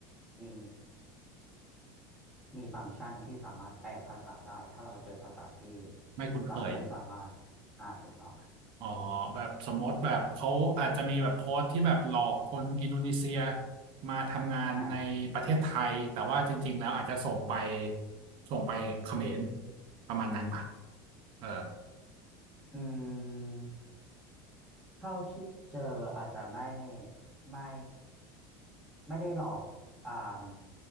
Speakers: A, in the centre; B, on the right (about 55°).
A: มีมีฟังก์ชันที่สามารถแปลภาษาได้ถ้าเราเจอภาษาที่
B: ไม่คุ้นเคย
A: เราไม่สามารถอ่าถูกต้องครับ
B: อ๋อแบบสมมติแบบเขาอาจจะมีแบบโพสต์ที่แบบหลอกคนอินโดนีเซียมาทำงานในประเทศไทยแต่ว่าจริงๆแล้วอาจจะส่งไป
A: อ่า
B: ส่งไปเขมรประมาณนั้นป่ะเออ
A: อืม เท่าที่เจออาจจะไม่ไม่ไม่ได้หลอกอ่าม